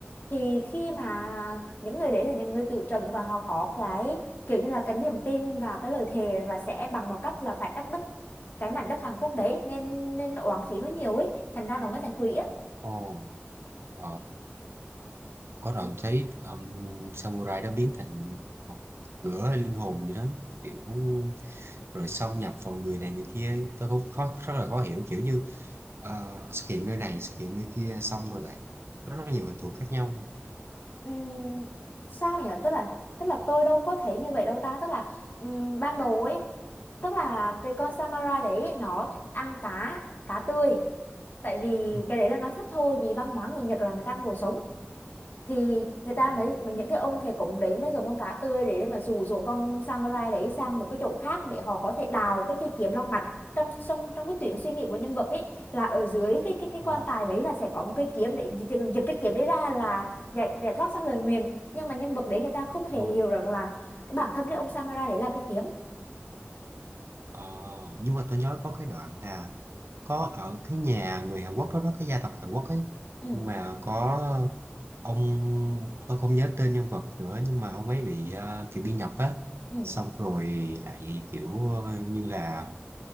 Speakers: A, on the left (about 55°); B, on the right (about 75°).
A: thì khi mà những người đấy là những người tự trận và họ có cái kiểu như là cái niềm tin và cái lời thề rằng là sẽ bằng một cách là phải cắt đứt cái mảnh đất Hàn Quốc đấy nên nên oán khí nó nhiều ấy thành ra nó mới thành quỷ á
B: Ồ, ồ, có đoạn
A: Ừ,
B: thấy ông samurai đó biến thành một lửa hay linh hồn gì đó kiểu rồi xâm nhập vào người này người kia tôi cũng khó rất là khó hiểu kiểu như ờ, xuất hiện nơi này xuất hiện nơi kia xong rồi lại rất, rất nhiều hình thù khác nhau
A: ừm, sao nhỉ tức là tức là tôi đâu có thể như vậy đâu ta tức là ừm, ban đầu ấy tức là cái con Samara đấy nó thích ăn cá cá tươi tại vì
B: Ừ.
A: cái đấy là nó thích thôi vì văn hóa người Nhật là người ta ăn đồ sống thì người ta
B: ồ
A: mới mà những cái ông thầy cúng đấy mới dùng con cá tươi để mà dụ dỗ con samurai đấy sang một cái chỗ khác để họ có thể đào cái cây kiếm long mạch trong trong trong cái tuyến suy nghĩ của nhân vật ấy là ở dưới cái cái cái
B: ồ
A: quan tài đấy là sẽ có một cây kiếm để gi- gi- giật cái kiếm đấy ra là giải giải thoát xong lời nguyền nhưng mà nhân vật đấy người ta không hề
B: ồ
A: hiểu rằng là cái bản thân cái ông samurai đấy là cái kiếm
B: Ờ, nhưng mà tôi nhớ có cái đoạn là có ở cái nhà người Hàn Quốc đó, đó cái gia tộc Hàn Quốc ấy
A: ừ
B: nhưng mà có ông tôi không nhớ tên nhân vật nữa nhưng mà ông ấy bị ờ, kiểu bị nhập á
A: ừ
B: xong rồi lại kiểu ờ, như là